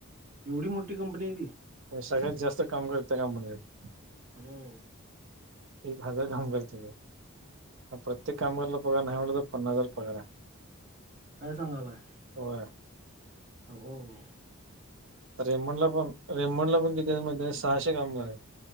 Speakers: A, on the right; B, on the right.
A: एवढी मोठी कंपनी आहे ती.
B: पण सगळ्यात जास्त काम करत्या कंपनीत ही.
A: हो.
B: एक हजार काम करतेे मग प्रत्येक कामगार ला पगार नाही म्हटत तर पन्नास हजार पगार हाय.
A: काय सांगालाय.
B: होय.
A: अबबबब.
B: रेमंडला पण रेममंडला पण किती हैत माहिती हाय सहाशे कामगार आहेत